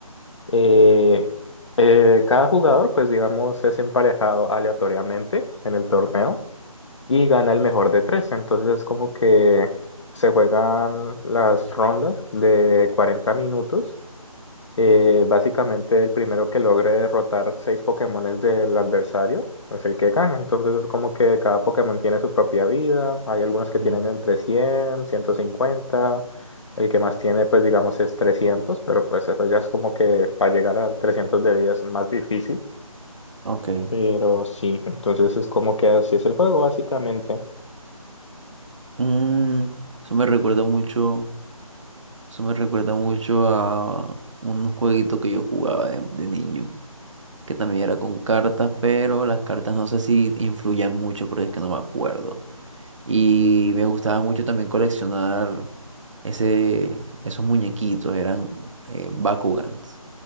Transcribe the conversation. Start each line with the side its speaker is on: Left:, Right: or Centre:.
Left: Eh, eh, cada jugador pues digamos es emparejado aleatoriamente en el torneo y gana el mejor de tres. Entonces es como que se juegan las rondas de cuarenta minutos eh, básicamente, el primero que logre derrotar seis Pokémones del adversario es el que gana. Entonces, es como que cada Pokémon tiene su propia vida. Hay algunos
Right: ujú,
Left: que tienen entre cien ciento cincuenta El que más tiene, pues digamos, es trescientos pero pues eso ya es como que para llegar a 300 de vida es más difícil.
Right: ok.
Left: Pero sí, entonces es como que así es el juego, básicamente.
Right: Mm, eso me recuerda mucho, eso me recuerda mucho a un jueguito que yo jugaba de, de niño, que también era con cartas, pero las cartas no sé si influían mucho porque es que no me acuerdo. Y me gustaba mucho también coleccionar ese, esos muñequitos, eran eh, Bakugans.